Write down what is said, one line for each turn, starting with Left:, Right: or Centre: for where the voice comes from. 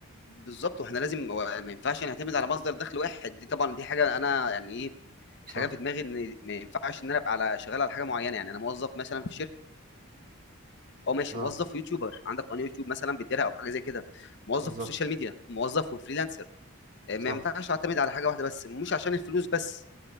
Left: بالظبط واحنا لازم و- ما ينفعش نعتمد على مصدر دخل واحد دي طبعا دي حاجه انا يعني ايه
Right: صح
Left: حاجه في دماغي ان ما ينفعش ان انا ابقى على شغال على حاجه معينه يعني انا موظف مثلا في شركه او ماشي
Right: اه
Left: موظف ويوتيوبر عندك قناه يوتيوب مثلا بتديرها او حاجه زي كده موظف
Right: بالظبط
Left: والسوشيال ميديا موظف وفريلانسر آه،
Right: صح
Left: ما ينفعش اعتمد على حاجه واحده بس مش عشان الفلوس بس